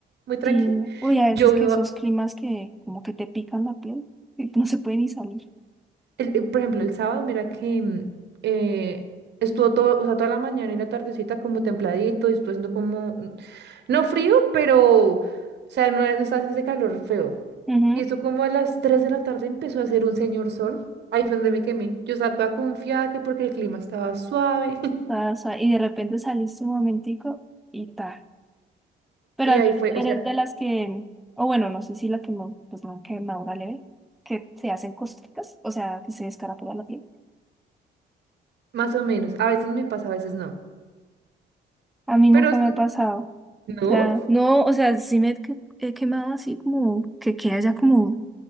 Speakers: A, on the right; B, in the centre.
A: muy tranqui.
B: Sí, uy, a veces
A: Llovió,
B: que esos climas que como que te pican la piel y no se puede ni salir.
A: El- eh, por ejemplo, el sábado, mira que mm, eh, estuvo todo, o sea, toda la mañana y la tardecita como templadito y estuvo haciendo como, mm, no frío, pero, o sea, no, no estaba haciendo ese calor feo.
B: Ujú.
A: Y eso como a las 3 de la tarde empezó a hacer un señor sol. Ahí fue donde me quemé. Yo estaba toda confiada que porque el clima estaba suave. <laughs>
B: O sea, y de repente saliste un momentico y ta. Pero
A: Y
B: al
A: ahí
B: menos
A: fue, o
B: no
A: sea,
B: eres de las que, o bueno, no sé si la quemó, pues no, quemadura leve, que se hacen costricas, o sea, que se descarapela la piel.
A: más o menos. A veces me pasa, a veces no.
B: A mí nunca
A: Pero, es-
B: me ha pasado.
A: ¿No?
B: O sea, no, o sea, sí me que- he quemado así como que queda ya como